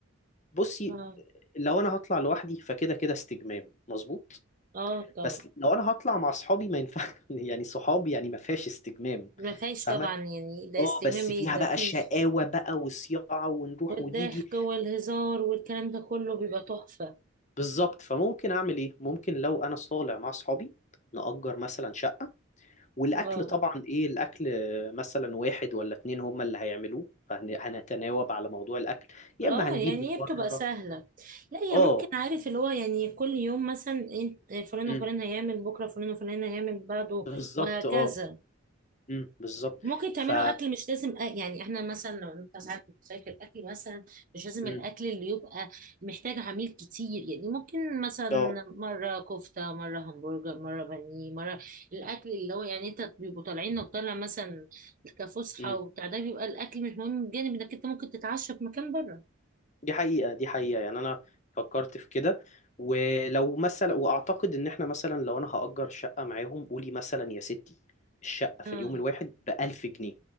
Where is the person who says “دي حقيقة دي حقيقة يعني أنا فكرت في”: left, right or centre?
Left